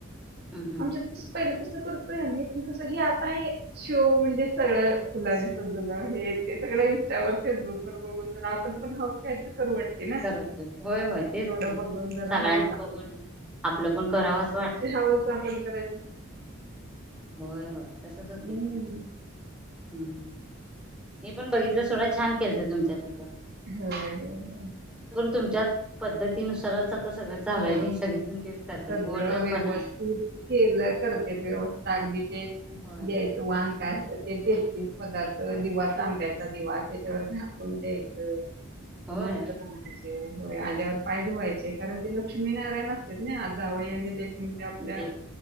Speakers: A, in the centre; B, on the right (about 50°).
A: हम्म
B: आमच्यात तस पहिलं करतोय आम्ही पण कस हे आता शो म्हणजे सगळ फुलाने सजवलं हे सगळ इंस्टावर, फेसबुक व बघून तर आपण पण हाऊस करू वाटते ना
A: करतो होय होय तेच
B: तेवढं
A: घ
B: बघून जरा
A: सगळ्यांच
B: हाऊस
A: बघून आपलं पण करावं असं वाटत
B: हावस आपण करायच
A: होय होय तसच होते
B: हम्म
A: की हम्म. मीण बघितलं सगळं छान केलत तुमच्या तिथं!
B: हम् हम ह.
A: तुमच्या पद्धतीनुसारच आता सगळं चालू
B: हो
A: आहे नाही सगळेजण तेच करतात
B: सगळं
A: बोरनान
B: व्यवस्थित
A: म्हणा
B: केलं करते व्यवस्थित अगदी द्यायचं
A: होय
B: वान काय असत. ते तेच तीच पदार्थ दिवा, तांब्याचा दिवा त्याच्यावर झाकून द्यायचं.
A: होय
B: ते मंत्र म्हणायचं. होय आल्यावर पायधे व्हायचे कारण ते लक्ष्मीनारायण असते ना आ जावयाने म्हणजे आपल्या
A: लेप